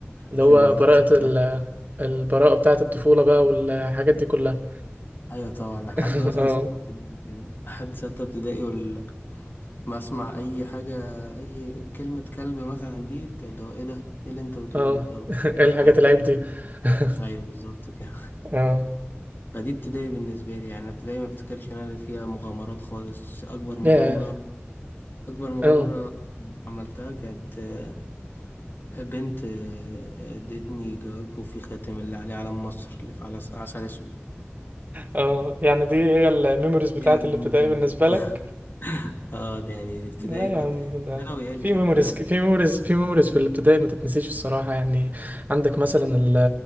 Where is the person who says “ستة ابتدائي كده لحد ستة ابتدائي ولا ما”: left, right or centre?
Left